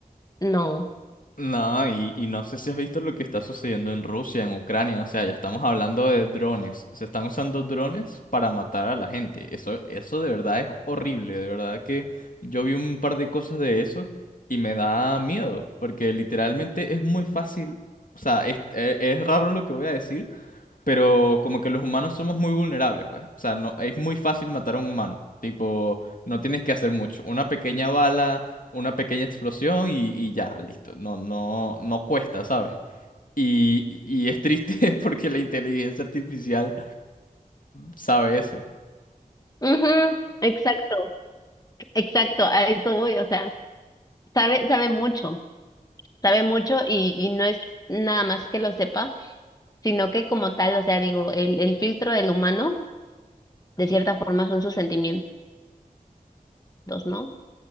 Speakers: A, on the left; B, on the left.
A: no.
B: No, y, y no sé si has visto lo que está sucediendo en Rusia, en Ucrania, o sea, ya estamos hablando de drones, se están usando drones para matar a la gente, eso, eso de verdad es horrible, de verdad que yo vi un par de cosas de eso y me da miedo, porque literalmente es muy fácil, o sea, es, e- es raro lo que voy a decir, pero como que los humanos somos muy vulnerables, pues. O sea, no, es muy fácil matar a un humano. Tipo, no tienes que hacer mucho. Una pequeña bala, una pequeña explosión y, y ya, listo. No, no, no cuesta, ¿sabes? Y, y es triste <laughs> porque la inteligencia artificial sabe eso.
A: Ujú, exacto, exacto, a eso voy, o sea, sabe, sabe mucho, sabe mucho y, y no es nada más que lo sepa, sino que como tal, o sea, digo, el, el filtro del humano, de cierta forma, son sus sentimientos, ¿no?